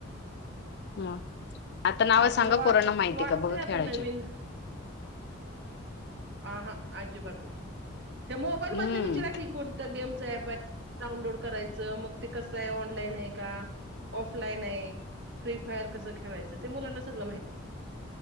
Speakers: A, on the left; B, on the right.
A: म आता नाव
B: आपल्याला
A: सांगा
B: वाट
A: पोरांना माहिती
B: वाटतंय
A: का बघ
B: आता
A: खेळाच्या
B: नवीन हा हा अजिबात नाही त्या मोबाईल
A: हम्म
B: मधले विचारा क कोणतं गेमच ऍप आहे डाउनलोड करायचं मग ते कसं आहे ऑनलाईन आहे का ऑफलाईन आहे फ्री फायर कसं खेळायचं ते मुलांना सगळं माहिती आहे